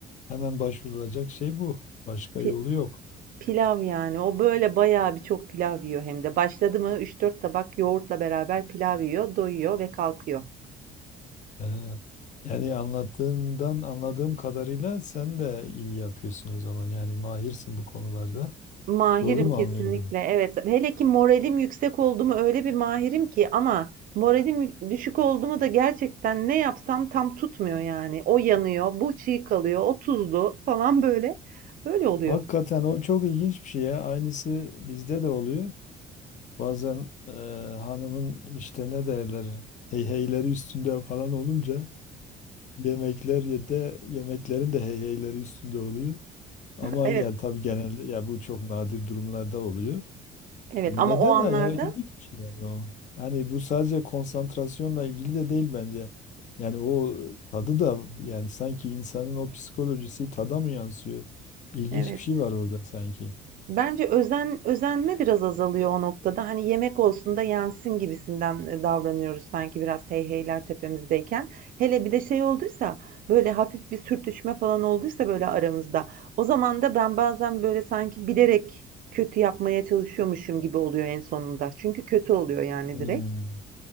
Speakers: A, on the left (about 45°); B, on the right (about 55°).
A: hemen başvurulacak şey bu. Başka
B: Pi-
A: yolu yok.
B: pilav yani o böyle bayağı bir çok pilav yiyor hem de. Başladı mı üç dört tabak yoğurtla beraber pilav yiyor, doyuyor ve kalkıyor.
A: Ha, Yani anlattığından anladığım kadarıyla sen de iyi yapıyorsun o zaman. Yani mahirsin bu konularda.
B: Mahirim
A: Doğru mu
B: kesinlikle.
A: anlıyorum?
B: Evet. Hele ki moralim yüksek oldu mu öyle bir mahirim ki ama moralim yü- düşük oldu mu da gerçekten ne yapsam tam tutmuyor yani. O yanıyor, bu çiğ kalıyor, o tuzlu falan böyle. Böyle oluyor.
A: Hakikaten o çok ilginç bir şey ya. Aynısı bizde de oluyor. Bazen e, hanımın işte ne derler heyheyleri üstünde falan olunca yemekler ya da yemeklerin de heyheyleri üstünde oluyor. Ama
B: Evet.
A: yani tabii genelde ya bu çok nadir durumlarda oluyor.
B: Evet
A: Neden
B: ama o anlarda
A: ha? Yani ilginç bir şey yani o. Hani bu sadece konsantrasyonla ilgili de değil bence. Yani o tadı da yani sanki insanın o psikolojisi tada mı yansıyor? İlginç
B: evet.
A: bir şey var orada sanki.
B: Bence özen özenme biraz azalıyor o noktada. Hani yemek olsun da yensin gibisinden e, davranıyoruz sanki biraz hey heyler tepemizdeyken. Hele bir de şey olduysa böyle hafif bir sürtüşme falan olduysa böyle aramızda. O zaman da ben bazen böyle sanki bilerek kötü yapmaya çalışıyormuşum gibi oluyor en sonunda. Çünkü kötü oluyor yani
A: Hmm.
B: direkt.